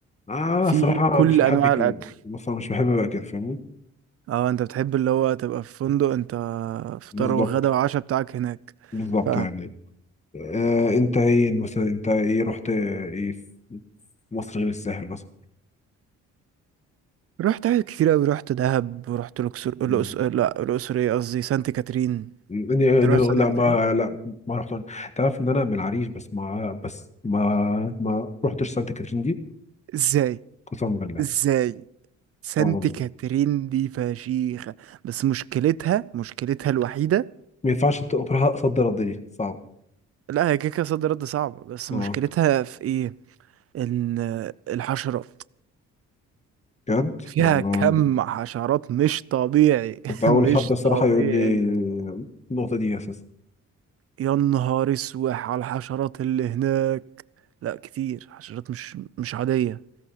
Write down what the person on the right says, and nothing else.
فيه
كل
انواع
الاكل
اه انت بتحب اللي هو تبقى في فندق انت فطار
وغدا وعشاء بتاعك هناك
ف
رحت حاجات كتير اوي رحت دهب ورحت الاقصر الأقص-
لا الاقصر ايه قصدي سانت كاترين
انت رحت
سانت
كاترين
ازاي
ازاي سانت
كاترين دي فشيخة بس مشكلتها مشكلتها الوحيدة
لا هي كيكة صد رد صعبة بس
مشكلتها في ايه ان الحشرات
فيها
كم حشرات مش طبيعي
<laughs>
مش
طبيعي
يا نهار اسوح على الحشرات اللي هناك لا كتير حشرات مش مش عادية